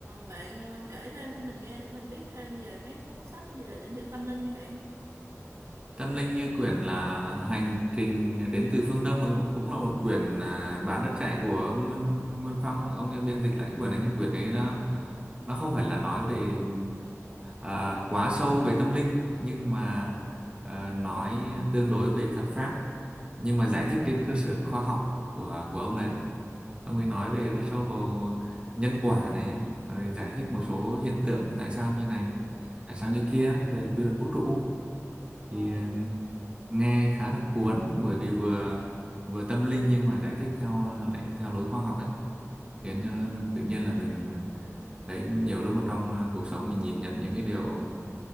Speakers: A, on the right; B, on the right.
A: bạn ờ, kể thêm cho mình nghe để mình biết thêm về mấy cuốn sách về lĩnh vực tâm linh đi bạn
B: Tâm linh như quyển là Hành trình đến từ phương Đông là cũng cũng là một quyển à, bán rất chạy của ông Nguyên Nguyên Phong ông ấy biên dịch lại cái quyển ấy nhé. Quyển ấy nó nó không phải là nói về à, quá sâu về tâm linh nhưng mà à, nói tương đối về Phật pháp nhưng mà giải thích trên cơ sở khoa học của của ông đấy. ông ấy nói về rất sâu vào nhân quả này rồi giải thích một số hiện tượng tại sao như này tại sao như kia về quy luật vũ trụ
A: Ờ
B: thì ờ, nghe khá là cuốn bởi vì vừa vừa tâm linh nhưng mà giải thích theo ờ, lại theo lối khoa học ấy khiến ờ, tự nhiên là mình ờ, thấy nhiều lúc ở trong ờ, cuộc sống mình nhìn nhận những cái điều